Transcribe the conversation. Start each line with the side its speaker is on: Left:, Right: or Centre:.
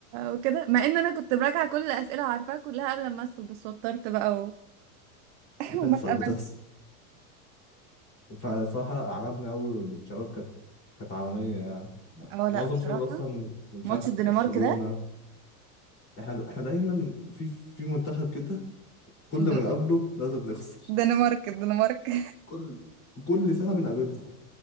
Right: وكده مع ان انا كنت براجعه كل الاسئله وعارفاها كلها قبل ما ادخل بس وترت بقى <laughs>
Left: بتحصل
Right: وما اتقبلت
Left: بتحصل فصراحة عجبني أوي والشباب كانت كانت عالمية يعني
Right: اه
Left: معظم
Right: لا بصراحة
Left: الشباب أصلا مش
Right: ماتش
Left: عارف
Right: الدنمارك
Left: برشلونة
Right: ده
Left: احنا احنا دايما في في منتخب كده كل ما
Right: دن-
Left: نقابله لازم نخسر
Right: دنمارك الدنمارك
Left: كل كل سنة بنقابلهم